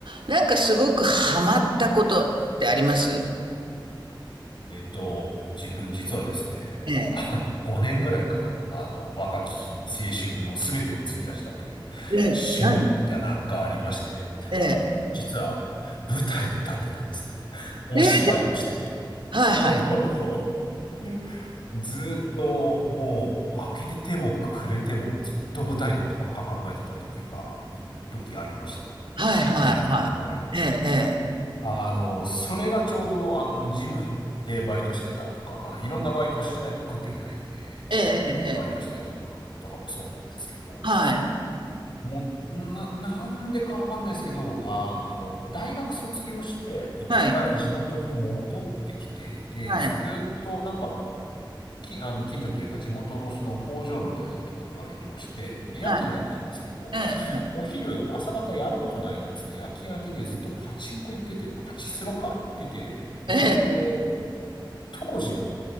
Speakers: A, on the right; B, on the left.
A: なんかすごくハマったことってあります
B: えっと、自分実はですね、
A: ええ。
B: あの、5年ぐらいかな、あの、若き日に青春の全てを費やしたという
A: ええ、
B: 趣味だな、
A: 何
B: がありまして、
A: ええ。
B: あの、実は舞台に立ってたんですね。<laughs> お芝居をしていて。
A: ええ、はいはい。
B: <laughs> ずーっともう開けても暮れてもずっと舞台のことばっか考えてた時が、一時ありました。
A: はいはいはい。
B: 5年間ぐらい。
A: ええ、
B: あの、それがちょうど、あの、ジムでバイトしてたとか、まあ、いろんなバイトをしてないと食っていけないんで、
A: ええ。
B: あの、
A: ええ、ええ、
B: バイトしてた頃とかもそうなんですけど、
A: ええ。はい。
B: もう、な、なんでかわかんないですけど、あの、大学卒業して、一回地元に戻ってきて、
A: はい。
B: で、
A: はい。
B: ずーっとなんか、き、あの、近所というか地元のその工場みたいなとこでバイトをして、で、夜勤だったんですけど、
A: はい。ええ、ええ。
B: お昼、朝方やることないなっつって夜勤明けでずっとパチンコ行ってて、パチスロか行ってて、で、
A: え
B: 当時の、